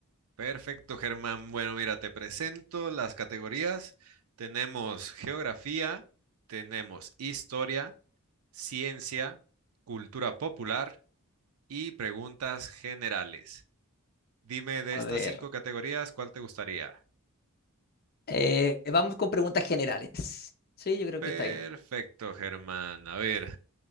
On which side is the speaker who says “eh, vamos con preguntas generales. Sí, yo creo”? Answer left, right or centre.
Left